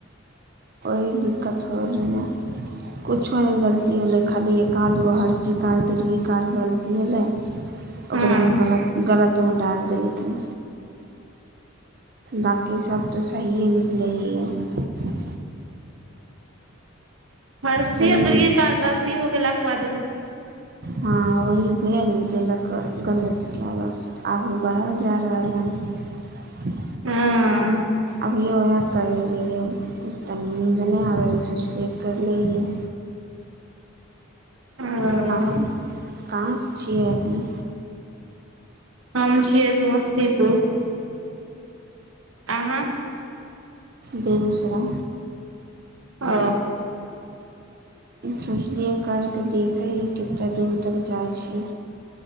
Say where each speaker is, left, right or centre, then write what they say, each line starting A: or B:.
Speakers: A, on the right (about 50°); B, on the right (about 75°).
A: ओह दिक्कत हो रहमे कुछो नहि गलती हो लै खाली य कान दू हर्षी कार तर कार गलती होलै
B: हँ
A: ओकरामे गलत गलत कतु डालि देलकै दा क सबब तऽ सहिए लिखले ह है
B: फरसी
A: तनी
B: उधर घर गलती हो गेल लक बाद
A: हँ वही भेल देलक गलते आलस आगू बढ़ल जा रहल हनि
B: हँ
A: अभिय ओह कर रहियै त नज नहि आब स सुोचले करि लए
B: ओ
A: कह काँस छियरमे
B: हम छियै समस्तीपुर आह
A: बेगसरा
B: ओ
A: सोचलियै कर कऽ देखै ह कतेक दूर तक जाइ छै।